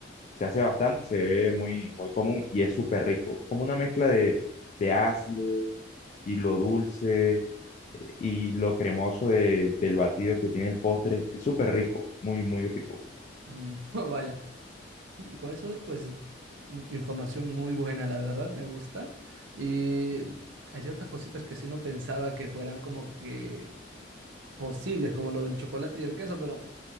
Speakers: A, on the left; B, on the right.
A: Se hace bastante, se ve muy, muy común y es súper rico. Como una mezcla de, de ácido y lo dulce y lo cremoso de- del batido que tiene el postre. Es súper rico, muy, muy rico.
B: Mm, <laughs> vaya. <laughs> Con eso, pues, m- información muy buena, la verdad, me gusta. Y hay ciertas cositas que sí no pensaba que fueran como que posibles, como lo del chocolate y el queso, pero